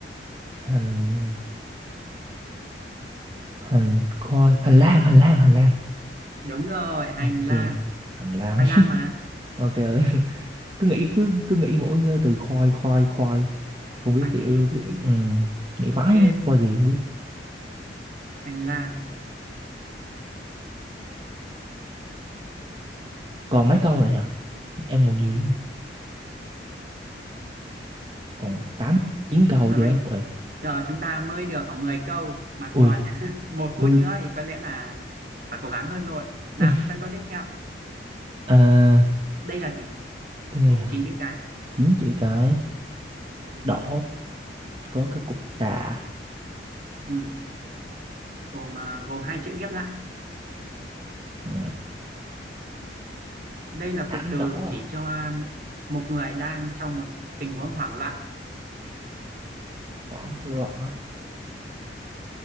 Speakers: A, on the right (about 30°); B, on the right (about 50°).
A: hành hành khói hành lang hành lang hành lang
B: đúng rồi hành
A: ok
B: lang
A: hành lang
B: khoai
A: <laughs>
B: lang mà
A: ok ơi <laughs> cứ nghĩ cứ cứ nghĩ mỗi cái từ khoai khoai khoai không biết
B: khoai
A: kiểu
B: gì <laughs>
A: kiểu ừ, nghĩ
B: ok
A: mãi khoai gì không biết
B: hành lang
A: còn mấy câu nữa nhở em còn nhiều mà còn tám chín câu
B: ừ,
A: vậy đó ui
B: Giờ chúng ta mới được khoảng 10 câu mà
A: ui
B: còn <laughs> một phút
A: mười
B: nữa thì có lẽ là phải cố gắng hơn rồi. Nào,
A: <laughs>
B: sang câu tiếp theo.
A: à
B: Đây là gì?
A: cái này
B: Gồm
A: hả
B: 9 chữ cái.
A: chín chữ cái đỏ có cái cục tạ
B: Ừ, gồm à, gồm hai chữ ghép lại.
A: ừ.
B: Đây là
A: thảm
B: cụm từ
A: đỏ
B: chỉ
A: à
B: cho à, một người đang trong một tình huống hoảng loạn.
A: hoảng loạn á